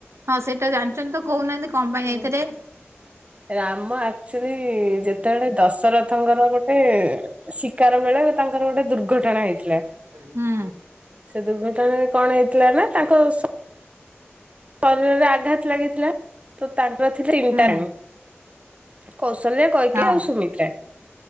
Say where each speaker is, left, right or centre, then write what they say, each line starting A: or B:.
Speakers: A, on the right (about 85°); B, on the right (about 30°).
A: ହଁ ସେଇଟା ଜାଣିଛନ୍ତି ତ କହୁ ନାହାଁନ୍ତି କଣ ପାଇଁ
B: ହୁଁ
A: ଯାଇଥିଲେ?
B: ରାମ ଆକ୍ଚ୍ଆଲି ଯେତେବେଳେ ଦଶରଥଙ୍କର ଗୋଟେ ଶିକାର ବେଳେ ତାଙ୍କର ଗୋଟେ ଦୁର୍ଘଟଣା ହେଇ ଥିଲା
A: ହୁଁ
B: ସେ ଦୁର୍ଘଟଣାରେ କଣ ହେଇଥିଲା ନା ତାଙ୍କ ସ ଶରୀରରେ ଆଘାତ ଲାଗିଥିଲା ତ ତାଙ୍କର ଥିଲେ ଇନଟାରାଣୀ
A: ହୁଁ
B: କୌଶଲ୍ୟା କୈକେୟୀ
A: ହଁ
B: ଆଉ ସୁମିତ୍ରା।